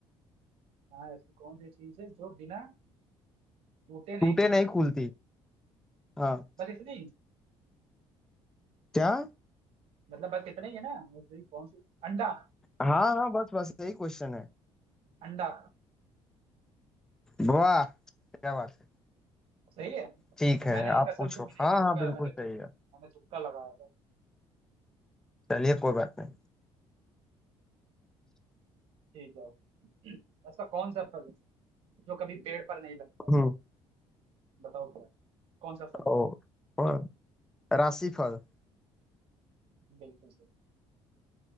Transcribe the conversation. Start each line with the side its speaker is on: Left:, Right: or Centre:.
Right: हाँ ऐसी कौन सी चीज है जो बिना टूटे
Centre: टूटे
Right: नहीं खुलती
Centre: नहीं खुलती हाँ
Right: बस इतनी
Centre: क्या
Right: मतलब बस इतना ही है ना ऐसी कौन सी अंडा
Centre: हाँ हाँ बस बस यही क्वेश्चन है
Right: अंडा
Centre: वाह क्या बात है
Right: सही है तो
Centre: ठीक है
Right: मैंने एक
Centre: आप
Right: कसम
Centre: पूछो
Right: से मैंने
Centre: हाँ
Right: तुक्का
Centre: हाँ बिल्कुल
Right: मैंने
Centre: सही
Right: तुक्का
Centre: है
Right: मैंने तुक्का लगाया था
Centre: चलिए कोई बात नहीं
Right: ठीक है ऐसा कौन सा फल है जो कभी पेड़ पर नहीं लगता
Centre: हम्म
Right: बताओ क्या है? कौन सा फल है
Centre: ओ ओ, राशिफल
Right: बिल्कुल सही